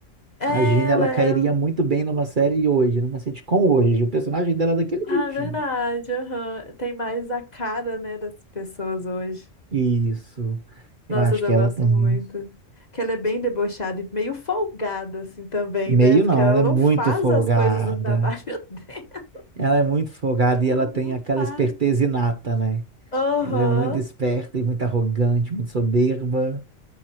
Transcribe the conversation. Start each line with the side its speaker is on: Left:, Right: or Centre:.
Left: É,
Right: A Gina,
Left: Ela
Right: ela
Left: é.
Right: cairia
Left: um,
Right: muito bem numa série hoje, numa sitcom hoje. O personagem dela é daquele
Left: Ah,
Right: jeitinho.
Left: é verdade. aham. Tem mais a cara, né, das pessoas hoje.
Right: Isso. Eu
Left: Nossa,
Right: acho
Left: eu
Right: que ela
Left: gosto
Right: tem.
Left: muito. Que ela é bem debochada e meio folgada, assim, também,
Right: Meio
Left: né? Porque
Right: não,
Left: ela
Right: ela é muito
Left: não faz
Right: folgada.
Left: as coisas do trabalho <laughs> dela.
Right: Ela é muito folgada
Left: Ela
Right: e ela tem
Left: não
Right: aquela
Left: faz.
Right: esperteza inata, né?
Left: Aham,
Right: Ela é muito esperta e muito arrogante, muito soberba.